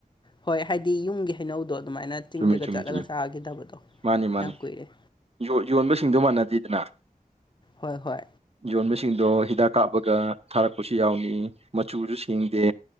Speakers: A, on the left; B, on the right.
A: ꯍꯣꯏ ꯍꯥꯏꯗꯤ ꯌꯨꯝꯒꯤ ꯍꯩꯅꯧꯗꯣ ꯑꯗꯨꯃꯥꯏꯅ ꯆꯤꯡꯗꯒ
B: ꯆꯨꯝꯃꯤ ꯆꯨꯝꯃꯤ
A: ꯆꯠꯂꯒ
B: ꯆꯨꯝꯃꯤ
A: ꯆꯥꯈꯤꯗꯕꯗꯣ
B: ꯃꯥꯅꯤ ꯃꯥꯅꯤ
A: ꯌꯥꯝ ꯀꯨꯏꯔꯦ
B: ꯌꯣ ꯌꯣꯟꯕꯁꯤꯡꯗꯣ ꯃꯥꯟꯅꯗꯦꯗꯅ
A: ꯍꯣꯏ ꯍꯣꯏ
B: ꯌꯣꯟꯕꯁꯤꯡꯗꯣ ꯍꯤꯗꯥꯛ ꯀꯥꯞꯄꯒ ꯊꯥꯔꯛꯄꯁꯨ ꯌꯥꯎꯅꯤ ꯃꯆꯨꯁꯨ ꯁꯦꯡꯗꯦ